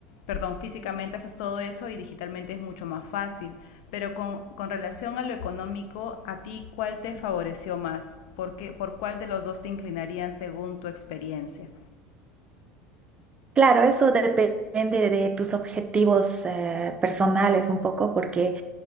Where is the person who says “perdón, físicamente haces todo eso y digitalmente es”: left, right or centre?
Left